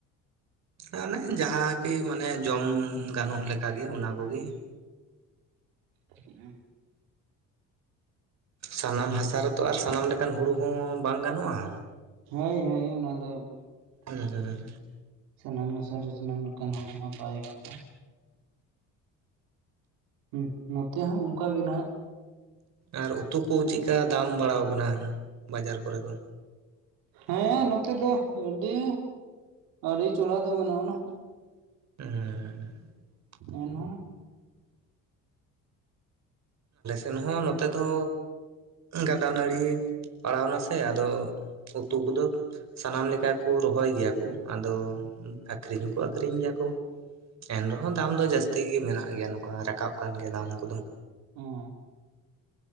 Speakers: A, on the right (about 55°); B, on the right (about 85°).
A: ᱢᱟᱱᱮ ᱡᱟᱦᱟᱸ ᱠᱤ ᱢᱟᱱᱮ ᱡᱚᱢ ᱜᱟᱱᱚᱜᱞᱮᱠᱟᱜᱮ ᱚᱱᱟ ᱠᱚᱜᱮ
B: ᱦᱮᱸ <unintelligible>
A: ᱥᱟᱱᱟᱢ ᱦᱟᱥᱟ ᱨᱮᱛᱚ ᱟᱨ ᱥᱟᱱᱟᱢ ᱞᱮᱠᱟᱱ ᱦᱩᱲᱩ ᱦᱚᱸ ᱵᱟᱝ ᱜᱟᱱᱚᱜ-ᱟ
B: ᱦᱳᱭ ᱦᱳᱭ ᱚᱱᱟ ᱫᱚ
A: ᱦᱩᱸ ᱦᱩᱸ
B: ᱥᱟᱱᱟᱢ ᱦᱟᱥᱟᱨᱮ ᱥᱟᱱᱟᱢ ᱞᱮᱠᱟᱱ ᱦᱩᱲᱩ ᱢᱟ ᱵᱟᱭ ᱜᱟᱱᱚᱜ- ᱟ ᱦᱩᱸ ᱱᱚᱛᱮ ᱦᱚᱸ ᱚᱱᱠᱟᱜ ᱜᱮ ᱱᱟᱦᱟᱜ
A: ᱟᱨ ᱩᱛᱩ ᱠᱚ ᱪᱮᱫᱠᱟ ᱫᱟᱢ ᱵᱟᱲᱦᱟᱣ ᱠᱟᱱᱟ ᱵᱟᱡᱟᱨ ᱠᱚᱨᱮ ᱫᱚ
B: ᱦᱮᱸ ᱱᱚᱛᱮ ᱫᱚ ᱟᱹᱰᱤ ᱟᱹᱰᱤ ᱪᱚᱲᱟ ᱫᱚ ᱵᱟᱹᱱᱩᱜ ᱟ ᱱᱟᱦᱟᱜ
A: ᱦᱩᱸ
B: ᱮᱱᱦᱚᱸ
A: ᱮᱱᱦᱚᱸ ᱱᱚᱛᱮ ᱫᱚ ᱜᱟᱰᱟ ᱱᱟᱹᱲᱤ ᱯᱟᱲᱟᱣ ᱮᱱᱟ ᱥᱮ ᱟᱫᱚ ᱩᱛᱩ ᱠᱚᱫᱚ ᱥᱟᱱᱟᱢ ᱞᱮᱠᱟ ᱠᱚ ᱨᱚᱦᱚᱭ ᱜᱮᱭᱟ ᱠᱚ ᱟᱫᱚ ᱟᱠᱷᱨᱤᱧ ᱦᱚᱸᱠᱚ ᱟᱠᱷᱨᱤᱧ ᱜᱮᱭᱟ ᱠᱚ᱾ ᱮᱱ ᱨᱮᱦᱚᱸ ᱫᱟᱢ ᱫᱚ ᱡᱟᱹᱥᱛᱤ ᱜᱮ ᱢᱮᱱᱟᱜ ᱜᱮᱭᱟ, ᱱᱚᱝᱠᱟ ᱨᱟᱠᱟᱵ ᱠᱟᱱ ᱜᱮᱭᱟ ᱫᱟᱢ ᱠᱚᱫᱚ᱾
B: ᱚᱻ᱾